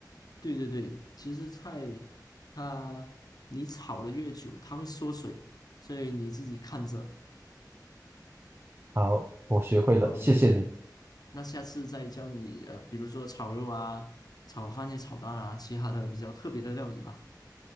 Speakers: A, on the left (about 60°); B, on the right (about 30°).
A: 对对对，其实菜它你炒的越久，它会缩水，所以你自己看着。
B: 好，我学会了，
A: 好，
B: 谢谢你。
A: 那下次再教你呃，比如说炒肉啊、炒番茄炒蛋啊，其他的比较特别的料理吧。